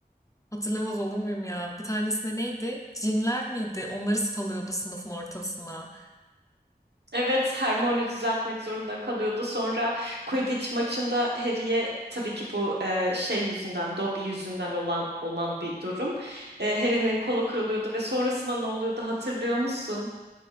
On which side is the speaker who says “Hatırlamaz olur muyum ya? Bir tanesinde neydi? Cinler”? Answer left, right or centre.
Left